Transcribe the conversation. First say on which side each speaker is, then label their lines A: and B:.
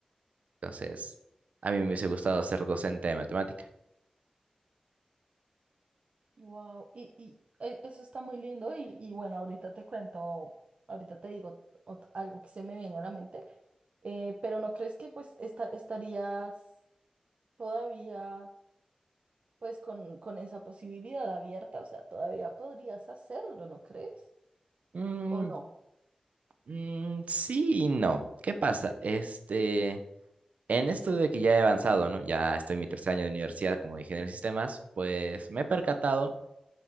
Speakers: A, on the right (about 80°); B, on the right (about 60°).
A: Entonces, a mí me hubiese gustado ser docente de matemática.
B: wow. Y, y eh, eso está muy lindo y, y bueno, ahorita te cuento, ahorita te digo ot- algo que se me viene a la mente, Eh, pero ¿no crees que pues esta- estarías todavía pues con, con esa posibilidad abierta? O sea, todavía podrías hacerlo, ¿no crees?
A: Mm,
B: ¿O no?
A: mm, sí y no. ¿Qué pasa? Este, en esto de que ya he avanzado, ¿no? Ya estoy en mi tercer año de universidad como ingeniero de sistemas, pues me he percatado